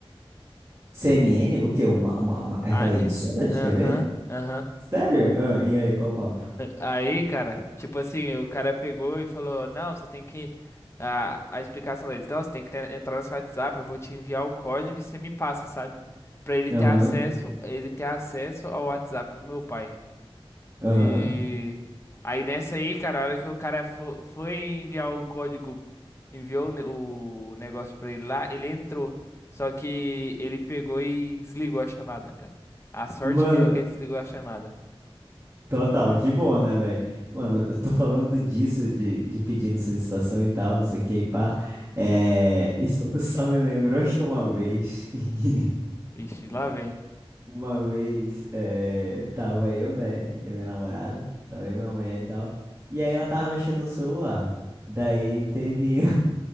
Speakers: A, on the right (about 30°); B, on the left (about 25°).
A: CNN, o quê? Uma, uma, uma- aquela
B: Ah,
A: emissora
B: é-
A: de
B: aham,
A: TV?
B: aham.
A: Sério? Ah, e aí, qual o papo?
B: Aí, cara, tipo assim, o cara pegou e falou: Não, você tem que. A, a explicação deles: Não, você tem que te- entrar no seu WhatsApp, eu vou te enviar o código e você me passa, sabe? Pra ele ter
A: Aham,
B: acesso, ele ter acesso ao WhatsApp do meu pai.
A: aham.
B: E. Aí nessa aí, cara, a hora que o cara fo- foi enviar o código, enviou o ne- o negócio pra ele lá, ele entrou. Só que ele pegou e desligou a chamada, cara. A sorte
A: Mano,
B: dele é que ele desligou a chamada.
A: Total, que bom, né, velho? Mano, eu tô falando disso, de, de pedindo solicitação e tal, não sei o que, e pá. É, isso <laughs> só me lembrou que uma vez, <laughs>
B: Ixi,
A: Muito
B: lá
A: bom.
B: vem.
A: uma vez, é, tava eu, né, e minha namorada, tava eu, minha mulher e tal, e aí ela tava mexendo no celular. Daí teve